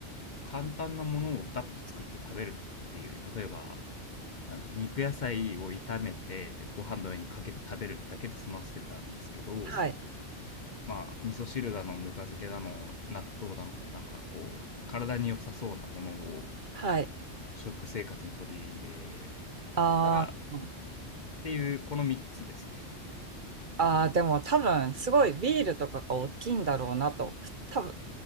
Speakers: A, on the left; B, on the right.
A: 簡単なものをバッと作って食べるっていう、例えば、なんでしょう肉野菜を炒めてご飯の上にかけて食べるだけで済ませてたんですけど
B: はい。
A: まあ味噌汁だのぬか漬けだの納豆だのなんかこう体に良さそうなものを
B: はい。
A: 食生活に取り入れ
B: あー
A: たらっていうこの3つですね
B: あー、でも多分、すごいビールとかが大きいんだろうなと、多分、